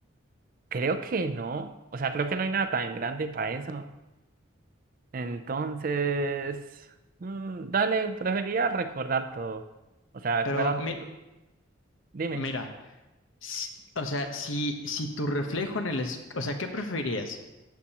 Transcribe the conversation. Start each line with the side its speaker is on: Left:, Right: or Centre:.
Right: Creo que no. O sea, creo que no hay nada tan grande para eso. Entonces, mm, dale, prefería recordar todo. O sea,
Left: Pero
Right: recordar-
Left: mi-
Right: dime.
Left: mira, si- o sea, si, si tu reflejo en el... es- o sea, ¿qué preferirías?